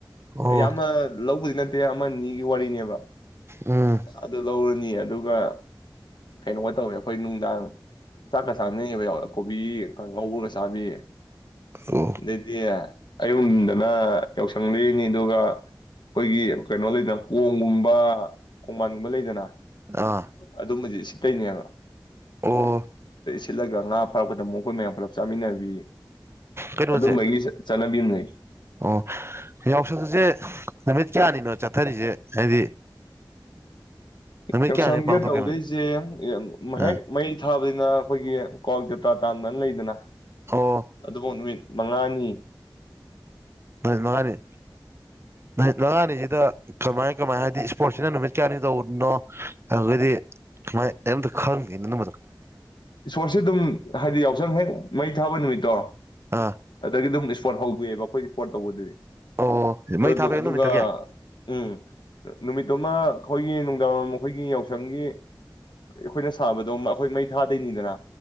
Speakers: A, on the right (about 30°); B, on the left (about 70°).
A: ꯑꯣ
B: ꯌꯥꯝꯅ ꯂꯧ ꯅꯠꯇꯦ ꯑꯃꯅꯤꯒꯤ ꯋꯥꯔꯤꯅꯦꯕ
A: ꯎꯝ
B: ꯑꯗꯨ ꯂꯧꯔꯅꯤ ꯑꯗꯨꯒ ꯀꯩꯅꯣꯒ ꯇꯧꯋꯦ ꯑꯩꯈꯣꯏ ꯅꯨꯡꯗꯥꯡ ꯆꯥꯛꯀ ꯆꯥꯅꯉꯦꯕ ꯌꯥꯎꯋ ꯀꯣꯕꯤ ꯉꯧꯒ ꯆꯥꯕꯤ
A: ꯑꯣ
B: ꯗꯩꯗꯤ ꯑꯌꯨꯛ ꯅꯨꯡꯊꯤꯟ ꯅ ꯌꯥꯎꯁꯪꯗꯤ ꯅꯤ ꯑꯗꯨꯒ ꯑꯩꯈꯣꯏꯒꯤ ꯀꯩꯅꯣ ꯂꯩꯗꯅ ꯀꯣꯝꯒꯨꯝꯕ ꯈꯣꯡꯕꯥꯟꯒꯨꯝꯕ ꯂꯩꯗꯅ
A: ꯑꯥ
B: ꯑꯗꯨꯃꯕꯖꯦ ꯢꯁꯤꯡ ꯇꯩꯅꯦꯕ
A: ꯑꯣ
B: ꯁꯤꯠꯂꯒ ꯉꯥ ꯐꯥꯔꯛꯄꯗ ꯑꯃꯨꯛꯈꯣꯏ ꯃꯌꯥꯝ ꯄꯨꯂꯞ ꯆꯥꯃꯤꯟꯅꯕꯤ
A: ꯀꯩꯅꯣꯁꯦ
B: ꯑꯗꯨꯝꯕꯒꯤ ꯆꯠꯅꯕꯤ ꯑꯃ ꯂꯩ
A: ꯑꯣ ꯌꯥꯎꯁꯪ ꯖꯦꯅꯨꯃꯤꯠ ꯀꯌꯥꯅꯤ ꯀꯩꯅꯣ ꯆꯠꯊꯔꯤꯁꯦ ꯍꯥꯏꯗꯤ ꯅꯨꯃꯤꯠ
B: ꯌꯥꯎꯁꯡꯖꯦ
A: ꯀꯌꯥꯅꯤ ꯄꯥꯡꯊꯣꯛꯀꯦ
B: ꯇꯧꯗꯣꯏꯖꯦ
A: ꯍꯧꯖꯤꯛ
B: ꯍꯦꯛ
A: ꯑ
B: ꯃꯩ ꯊꯥꯕꯩ ꯑꯩꯈꯣꯏꯒꯤ ꯀ꯭ꯋꯥꯛ ꯖꯇ꯭ꯔꯥ ꯇꯥꯟꯕꯅ ꯂꯩꯗꯅ ꯑ
A: ꯑꯣ
B: ꯑꯗꯨꯃꯕ ꯅꯨꯃꯤꯠ ꯃꯉꯥꯅꯤ
A: ꯅꯨꯃꯤꯠ ꯃꯉꯥꯅꯤ ꯅꯨꯃꯤꯠ ꯃꯉꯥꯅꯤꯁꯤꯗ ꯀꯃꯥꯏ ꯀꯃꯥꯏ ꯍꯥꯏꯗꯤ ꯄꯣꯔꯠꯁꯤꯅ ꯅꯨꯃꯤꯠ ꯀꯌꯥꯅꯤ ꯇꯧꯕꯅꯣ ꯑꯗꯨꯗꯤ ꯁꯨꯃꯥꯏꯅ ꯑꯝꯇ ꯈꯪꯗꯦꯅ
B: ꯏꯁꯄꯣꯔꯠꯁꯦ ꯑꯗꯨꯝ ꯍꯥꯏꯗꯤ ꯌꯥꯎꯁꯪ ꯃꯩ ꯊꯥꯕ ꯅꯨꯃꯤꯠꯇꯣ
A: ꯑꯥ
B: ꯑꯗꯒꯤ ꯗꯨꯝ ꯁꯄꯣꯔꯠ ꯍꯧꯗꯔ꯭ꯤꯌꯦꯕ ꯑꯩꯈꯣꯏꯒꯤ ꯁꯄꯣꯔꯠ ꯇꯧꯕꯗꯨꯗꯤ
A: ꯑꯣ ꯃꯩ
B: ꯑꯗꯨ
A: ꯊꯥꯕ ꯍꯦꯛ
B: ꯑꯗꯨꯒ
A: ꯅꯨꯃꯤꯠꯇꯒꯤ
B: ꯎꯝ ꯅꯨꯃꯤꯠꯇꯨꯃ ꯑꯩꯈꯣꯏꯒꯤ ꯑꯝ ꯃꯈꯣꯏꯒꯤ ꯌꯥꯎꯁꯪꯒꯤ ꯑꯩꯈꯣꯏꯅ ꯁꯥꯕꯗꯣ ꯑꯩꯈꯣꯏ ꯃꯩ ꯊꯥꯗꯨꯏꯅꯤꯗꯅ